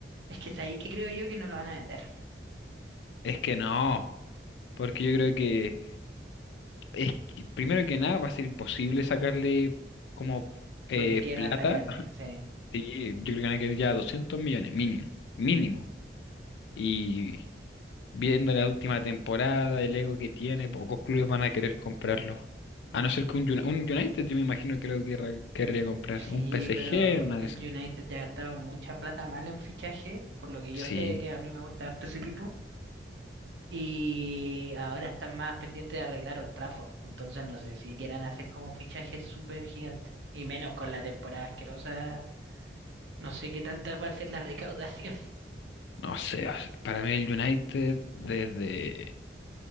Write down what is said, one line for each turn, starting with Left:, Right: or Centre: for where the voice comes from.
Right: Es que es ahí que creo yo que no lo van a vender.
Left: Es que no, porque yo creo que, es que, primero que nada va a ser imposible sacarle como eh,
Right: Lo que quieran
Left: plata,
Right: sacarle. Sí,
Left: sí, yo creo que van a querer ya 200 millones mínimo, mínimo. Y Viendo la última temporada, el ego que tiene, pocos clubes van a querer comprarlo. A no ser que un, Uni- un United, yo me imagino que lo querrá- querría comprar.
Right: sí,
Left: Un PSG,
Right: pero
Left: una
Right: el
Left: de esas.
Right: United ya ha gastado mucha plata mal en fichaje, por lo que
Left: Sí,
Right: yo sé que a mí me gusta harto ese tipo. Y ahora están más pendientes de arreglar Old Trafford. Entonces no sé si quieran hacer como fichajes súper gigantes. Y menos con la temporada asquerosa. No sé qué tanta va a ser la recaudación. <laughs>
Left: no sé. o sea, Para mí el United, desde.